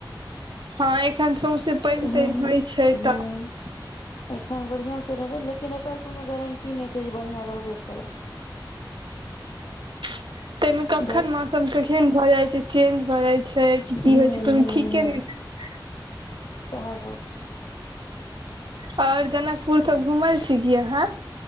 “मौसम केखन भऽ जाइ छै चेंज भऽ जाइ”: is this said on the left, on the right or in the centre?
Right